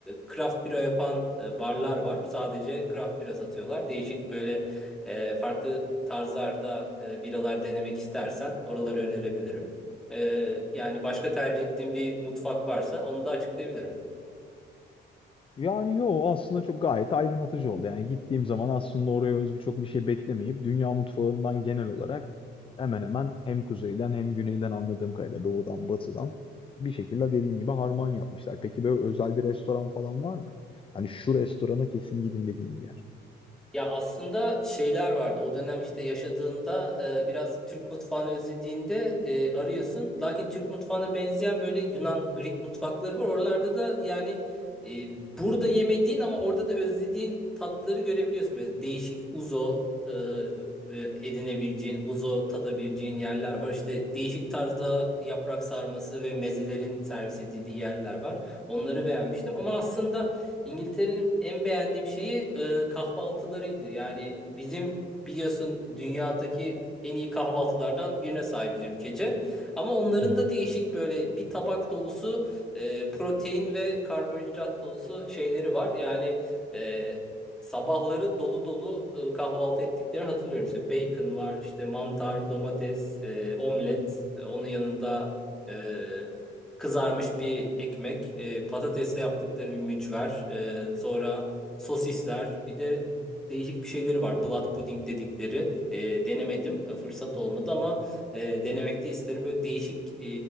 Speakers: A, in the centre; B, on the left.
A: craft bira yapan e, barlar var. Sadece craft bira satıyorlar. Değişik böyle e, farklı tarzlarda e, biralar denemek istersen oraları önerebilirim. Ee, yani başka tercih ettiğim bir mutfak varsa onu da açıklayabilirim.
B: Yani yo aslında çok gayet aydınlatıcı oldu. Yani gittiğim zaman aslında oraya özgü çok bir şey beklemeyip dünya mutfağından genel olarak hemen hemen hem kuzeyden hem güneyden anladığım kadarıyla doğudan batıdan bir şekilde dediğin gibi harman yapmışlar. Peki böyle özel bir restoran falan var mı? Hani şu restorana kesin gidin dediğin bir yer.
A: Ya aslında şeyler vardı. O dönem işte yaşadığında e, biraz Türk mutfağını özlediğinde e, arıyorsun. Lakin Türk mutfağına benzeyen böyle Yunan, Greek mutfakları var. Oralarda da yani e, burada yemediğin ama orada da özlediğin tatları görebiliyorsun. Mesela değişik uzo e, e, edinebileceğin, uzo tadabileceğin yerler var. İşte değişik tarzda yaprak sarması ve mezelerin servis edildiği yerler var. Onları beğenmiştim. Ama aslında İngiltere'nin en beğendiğim şeyi e, kahvaltılarıydı. Yani bizim biliyorsun dünyadaki en iyi kahvaltılardan birine sahibiz ülkece. Ama onların
B: Hı hı.
A: da değişik böyle bir tabak dolusu e, protein ve karbonhidrat dolusu şeyleri var. Yani e, sabahları dolu dolu e, kahvaltı ettiklerini hatırlıyorum. İşte bacon var, işte mantar, domates, e, omlet. E, onun yanında e, kızarmış bir ekmek, e, patatesle yaptıkları bir mücver, e, sonra sosisler, bir de değişik bir şeyleri var. Blood pudding dedikleri. E, denemedim, e, fırsat olmadı ama e, denemek de isterim. Böyle değişik e,